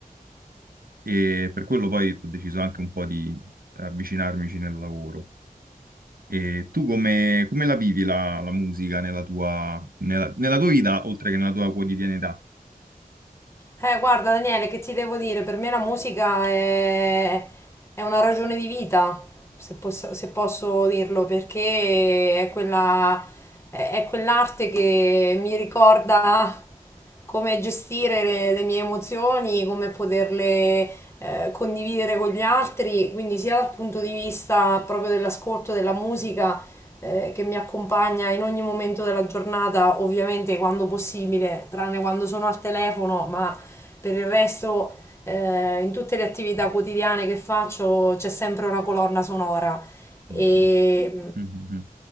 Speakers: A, on the right (about 80°); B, on the left (about 20°).
A: e per quello poi ho deciso anche un po' di avvicinarmici nel lavoro. E tu come, come la vivi la, la musica nella tua, nella, nella tua vita, oltre che nella tua quotidianità?
B: Eh, guarda Daniele, che ti devo dire? Per me la musica è, è una ragione di vita, se posso, se posso dirlo, perché è quella, è, è quell'arte che mi ricorda come gestire le, le mie emozioni, come poterle eh, condividere con gli altri, quindi sia dal punto di vista proprio dell'ascolto della musica eh, che mi accompagna in ogni momento della giornata, ovviamente quando possibile, tranne quando sono al telefono, ma per il resto, eh, in tutte le attività quotidiane che faccio c'è sempre una colonna sonora e
A: Mm,
B: mm,
A: mm, mm.